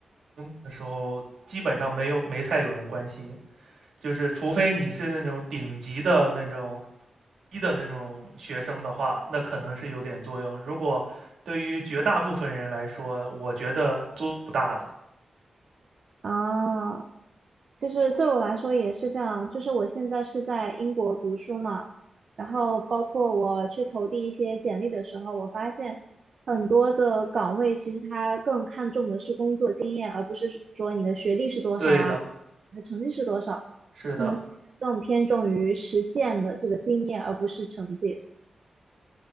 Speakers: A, on the right; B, on the right.
A: 工作的时候基本上没有，没太有人关心。就是除非你是那种顶级的那种一的那种学生的话，那可能是有点作用。如果对于绝大部分人来说，我觉得作用不大的。
B: 啊，其实对我来说也是这样，就是我现在是在英国读书嘛，然后包括我去投递一些简历的时候，我发现很多的岗位其实它更看重的是工作经验，而不是说你的学历是多少啊，
A: 对的，
B: 你的成绩是多少，
A: 是的，
B: 可能这边更偏重于实践的这个经验，而不是成绩。